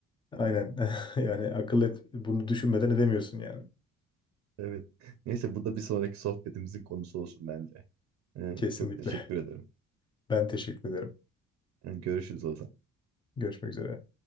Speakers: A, on the left; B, on the right.
A: aynen <laughs> yani akıl et, bunu düşünmeden edemiyorsun yani.
B: Evet. Neyse bu da bir sonraki sohbetimizin konusu olsun bence. Ee,
A: Kesinlikle.
B: Çok teşekkür ederim.
A: Ben teşekkür ederim.
B: Ee, Görüşürüz o zaman.
A: Görüşmek üzere.